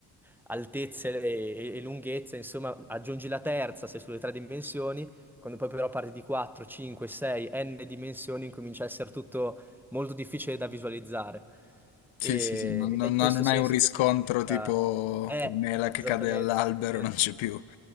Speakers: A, in the centre; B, on the left.
A: altezze e, e- e lunghezze, insomma, aggiungi la terza, sei sulle tre dimensioni, quando poi però parti di 4, 5, 6, n dimensioni, comincia a essere tutto molto difficile da visualizzare.
B: Sì,
A: E,
B: sì, sì, non,
A: ed
B: non-
A: è in questo
B: no, non
A: senso
B: hai un riscontro
A: che poi diventa...
B: tipo
A: Eh,
B: la mela che
A: esattamente,
B: cade all'albero,
A: esattamente.
B: non c'è più.